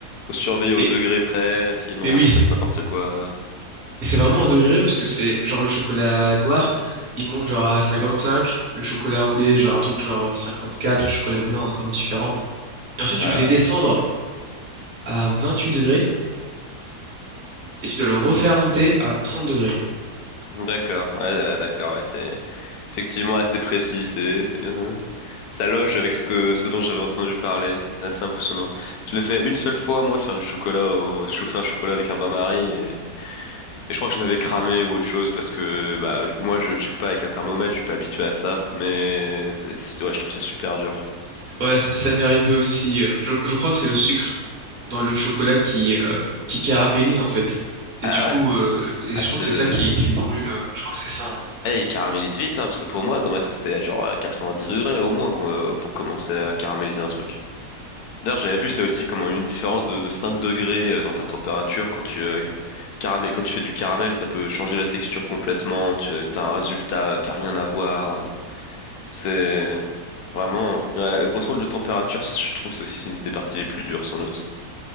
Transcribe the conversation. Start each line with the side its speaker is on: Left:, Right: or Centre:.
Left: faut surveiller
Right: Et,
Left: au degré près, sinon
Right: mais oui,
Left: il se passe n'importe quoi.
Right: Et c'est vraiment au degré près parce que c'est genre le chocolat noir, il monte genre à 55, le chocolat au lait, genre un truc genre 54, et le chocolat blanc encore différent. Et ensuite,
Left: Ouais,
Right: tu le fais
Left: ouais.
Right: descendre à 28 degrés et tu dois le refaire monter à 30 degrés.
Left: D'accord, ouais, euh, d'accord, ouais, c'est effectivement assez précis, c'est c'est bien. Ça loge avec ce que ce dont j'avais entendu parler. C'est assez impressionnant. Je l'ai fait une seule fois, moi, de faire du chocolat au chauffer un chocolat avec un bain-marie et... et je crois que je l'avais cramé ou autre chose parce que bah moi je check pas avec un thermomètre, je suis pas habitué à ça, mais c'est- ouais, je trouve ça super dur.
Right: Ouais, c- ça m'est arrivé aussi. euh, je, je crois que c'est le sucre dans le chocolat qui, euh, qui caramélise en fait. Et
Left: Ah
Right: du coup,
Left: ouais,
Right: euh, et
Left: à
Right: je
Left: ce
Right: crois que c'est ça qui, qui brûle. euh, Je crois que c'est ça. hein.
Left: Eh, il caramélise vite, hein, parce que pour moi, dans ma tête, c'était genre euh, 90 degrés au moins qu'on- euh, pour commencer à caraméliser un truc. D'ailleurs, j'avais vu ça aussi, comme une différence de, de 5 degrés euh, dans ta température quand tu, euh, caramel, quand tu fais du caramel, ça peut changer la texture complètement. Tu as un résultat euh, qui a rien à voir. C'est vraiment ouais, le contrôle de température, je trouve c'est aussi une des parties les plus dures, sans doute.